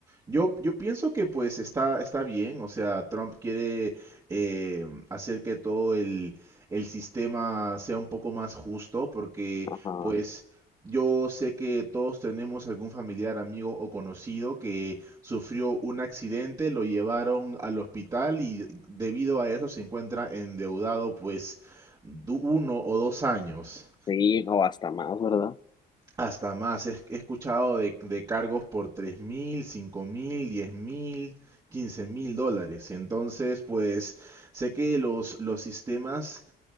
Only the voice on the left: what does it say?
Ajá.
Sí, o hasta más, ¿verdad?